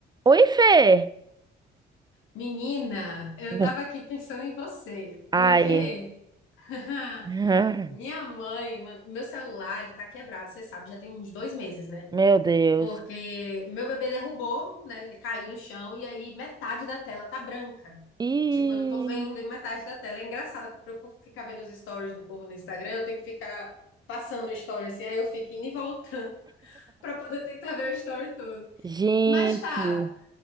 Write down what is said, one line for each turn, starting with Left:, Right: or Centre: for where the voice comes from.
Right: Oi, Fê!
Left: Menina, eu
Right: Uhum.
Left: tava aqui pensando em você,
Right: Ai,
Left: porque <laughs>
Right: <laughs>
Left: minha mãe, mano, meu celular, ele tá quebrado, você sabe, já tem uns dois meses, né?
Right: meu Deus.
Left: Porque meu bebê derrubou, né? Ele caiu no chão e aí metade da tela tá branca.
Right: Ih,
Left: Tipo, eu não tô vendo e metade da tela. É engraçado que pra eu ficar vendo os stories do povo no Instagram, eu tenho que ficar passando o story assim, aí eu fico indo e voltando <laughs> pra poder tentar ver o story todo.
Right: gente.
Left: Mas tá,